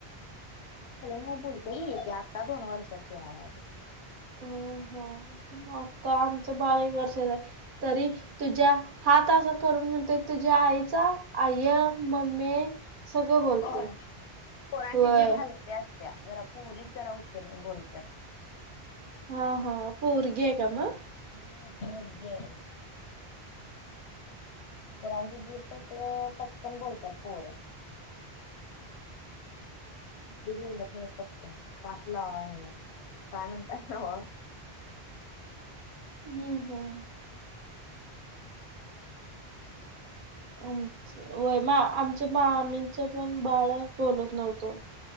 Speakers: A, on the left; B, on the right.
A: केलं नाही बोलते आत्ता दोन वर्षाची आहे आज-
B: अ हो आता आमचं बाळ एक वर्षच आहे तरी- तुझ्या हात असं करून म्हणते तुझ्या आईचा आय, मम्मे- सगळं बोलतय
A: हो पोरांची
B: व्हय
A: जीभ हालक्या असत्या जरा पोरीत जरा उशीरण बोलतेत-
B: हा हा पोरगी आहे का मग-
A: हम् मुलगीय- पोराची जीभ कस पटकन बोलतात पोर- मुली बोलत नाही पटकन तासला काय म्हणताय ना-
B: हम्म हम्म आमच होय मग आमच- मामीचं पण बाळ बोलत नव्हतं-